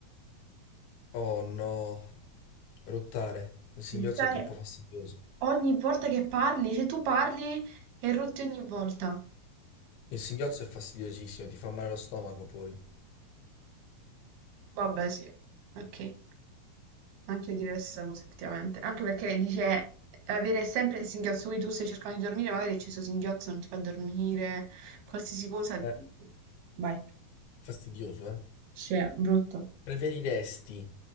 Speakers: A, on the left; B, on the right.
A: Oh no, rottare. Il singhiozzo
B: Ruttare
A: è troppo fastidioso.
B: ogni volta che parli? Se tu parli e rutti ogni volta.
A: Il singhiozzo è fastidiosissimo, ti fa male lo stomaco poi.
B: Vabbè, sì, ok. Anche io direi la stessa cosa, effettivamente. Anche perché dice avere sempre il singhiozzo, quindi tu stai cercando di dormire, magari c'è questo singhiozzo, non ti fa dormire, qualsiasi cosa.
A: Eh,
B: Vai.
A: fastidioso, eh.
B: Cioè, brutto.
A: Preferiresti